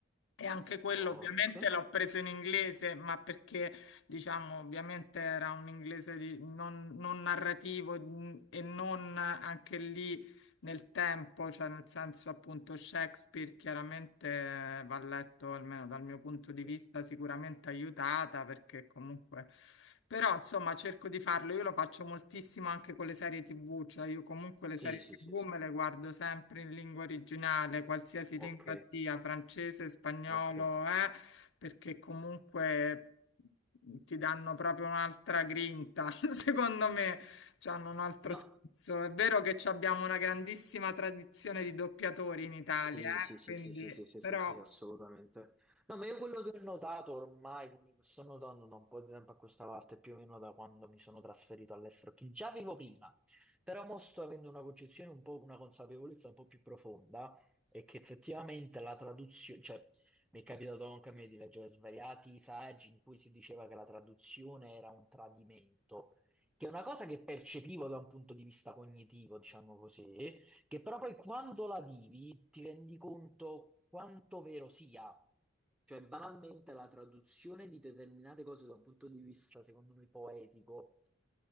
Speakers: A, on the left; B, in the centre.
A: e anche quello
B: ok.
A: ovviamente l'ho preso in inglese, ma perché diciamo ovviamente era un inglese di- non, non narrativo mm, e non eh, anche lì nel tempo, cioè nel senso appunto Shakespeare chiaramente eh, va letto, almeno dal mio punto di
B: Sì.
A: vista, sicuramente aiutata perché comunque... Però insomma cerco di farlo, io lo faccio moltissimo anche con le serie TV, cioè io comunque le
B: Sì,
A: serie
B: sì,
A: TV
B: sì, sì.
A: me le guardo sempre in lingua originale, qualsiasi
B: Ok,
A: lingua sia, francese, spagnolo,
B: ok.
A: eh, perché comunque ti danno proprio un'altra grinta, <laughs> secondo me. Cioè, hanno un altro
B: No.
A: senso. È vero che ci abbiamo una grandissima tradizione di doppiatori in Italia,
B: Sì, sì,
A: eh,
B: sì,
A: Quindi,
B: sì, sì, sì, sì,
A: però,
B: sì, sì, assolutamente. No, ma io quello che ho notato ormai, quello che sto notando da un po' di tempo a questa parte, più o meno da quando mi sono trasferito all'estero, che già avevo prima, però mo sto avendo una concezione un po', una consapevolezza un po' più profonda, è che effettivamente la traduzione, cioè mi è capitato anche a me di leggere svariati saggi in cui si diceva che la traduzione era un tradimento, che è una cosa che percepivo da un punto di vista cognitivo, diciamo così, che però poi quando la vivi ti rendi conto quanto vero sia. Cioè, banalmente la traduzione di determinate cose da un punto di vista, secondo me, poetico